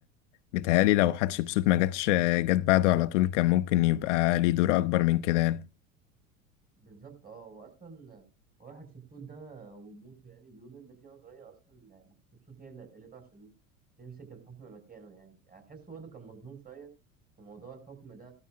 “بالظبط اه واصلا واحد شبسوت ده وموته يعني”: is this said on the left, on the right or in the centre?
Right